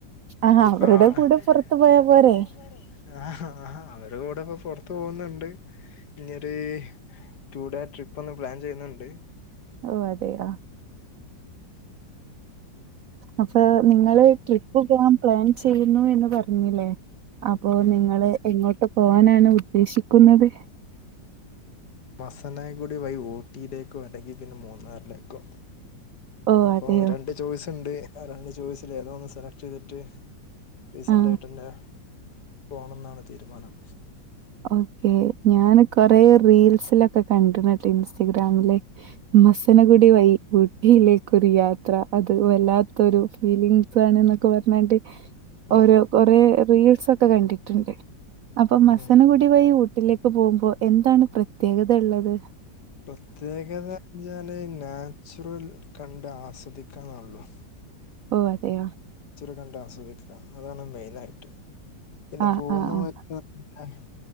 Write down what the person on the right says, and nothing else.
ആഹ്
അവരുടെ
പുറത്തു
പോരെ?
ഓഹ് അതെയാ അപ്പൊ നിങ്ങൾ ട്രിപ്പ് പോവാൻ പ്ലാൻ ചെയ്യുന്നു എന്ന് പറഞ്ഞില്ലേ അപ്പൊ
നിങ്ങള് എങ്ങോട്ട് പോവാനാണ് ഉദ്ദേശിക്കുന്നത്?
ഓ
അതെയോ
ആ
ഓക്കെ ഞൻ കൊറെ റീൽസിലൊക്കെ കണ്ടിണ് ട്ടൊ ഇൻസ്റ്റഗ്രാമില് മസനഗുടി വഴി ഊട്ടിയിലേക്കൊരു യാത്ര അത് വല്ലാത്തൊരു ഫീലിംഗ സാണ് എന്നൊക്കെ പറഞ്ഞാണ്ട്
ഓരോ കൊറേ റീൽസ് ഒക്കെ കണ്ടിട്ടുണ്ട് അപ്പൊ മസനകുടി
വൈ ഊട്ടിലെ ട്രിപ്പ് പോകുമ്പോ എന്താണ് പ്രത്യേകതള്ളത്
ഓഹ് അതെയോ
ആ
ആ ആ